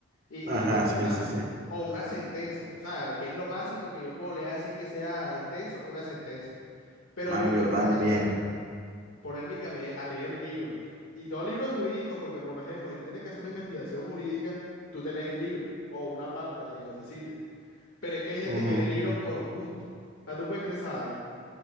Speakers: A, on the left (about 80°); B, on the right (about 50°).
A: y,
B: Ajá,
A: y interpretarlo.
B: sí, sí, sí.
A: O una sentencia, o sea, que es lo máximo que yo puedo leer así que sea extenso, una sentencia. Pero
B: Mano,
A: yo hay que
B: yo
A: ponerme
B: también.
A: a leer ponerme a me- a leer libros. Y no libros jurídicos, porque por ejemplo, si tú tienes que hacer una investigación jurídica, tú te lees el libro o una parte, la que necesites. Pero es que hay gente
B: Ujú.
A: que lee libros por gusto. O sea, tú puedes creer esa vaina.